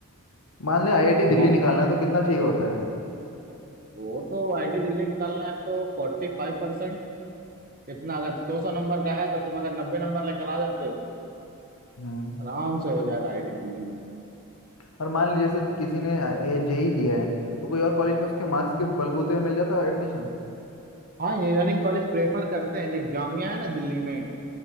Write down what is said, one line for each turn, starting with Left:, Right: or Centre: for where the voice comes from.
Left: मान ले आईआईटी
Right: एक बॉ
Left: दिल्ली निकालना है तो कितना चाहिए होता है
Right: वो तो आईआईटी दिल्ली निकालना है तो फोर्टी फाइव परसेंट इतना अगर दो सौ नंबर का है तो तुम अगर नब्बे नंबर लेकर आ जाते हो
Left: हम्म
Right: आराम से हो जाएगा आईआईटी दिल्ली में
Left: और मान ले जैसे किसी ने जेई दिया है तो कोई और कॉलेज में उसके मार्क्स के बलबूते पे मिल जाता है एडमिशन
Right: हाँ इंजीनियरिंग कॉलेज प्रेफर करते हैं लाइक जामिया है ना दिल्ली में